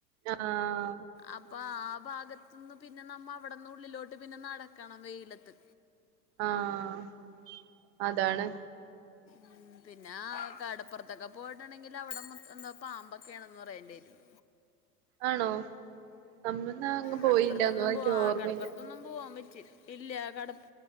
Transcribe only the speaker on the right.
ആഹ്
ആഹ് അതാണ്
ആണോ നമ്മന്നാ അങ്ങ്
പോയില്ലാന്നോ എനിക്ക്
ഓർമ്മയില്ല